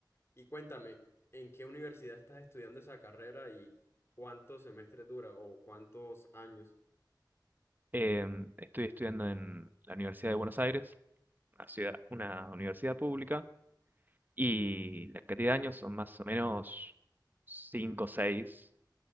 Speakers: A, on the left; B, on the right.
A: Y cuéntame, ¿en qué universidad estás estudiando esa carrera y cuántos semestres dura o cuántos años?
B: eh, estoy estudiando en la Universidad de Buenos Aires, una ciudad, una universidad pública, y la cantidad de años son más o menos cinco o seis,